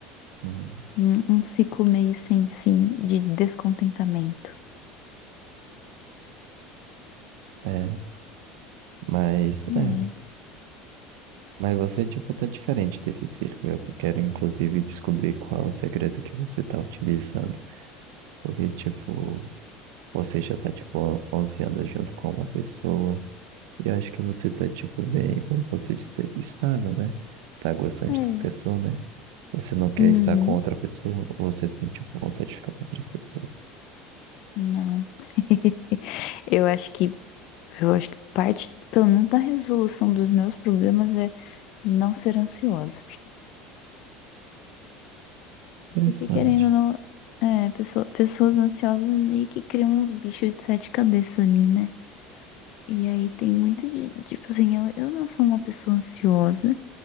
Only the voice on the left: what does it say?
Um, um ciclo meio sem fim de descontentamento.
É,
é.
Uhum.
Não. <laughs> Eu acho que eu acho que parte, pelo menos, da resolução dos meus problemas é não ser ansiosa.
Porque querendo ou não, é, pessoa- pessoas ansiosas meio que criam uns bichos de sete cabeças ali, né? E aí tem muito de, tipo assim, eu, eu não sou uma pessoa ansiosa.